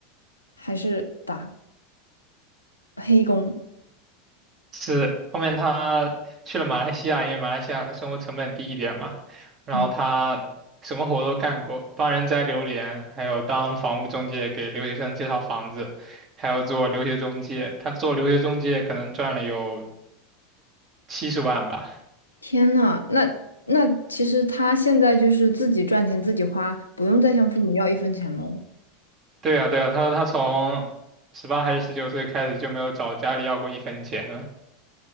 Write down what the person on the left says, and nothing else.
还是打黑工。
嗯，
天呐，那那其实他现在就是自己赚钱自己花，不用再向父母要一分钱喽。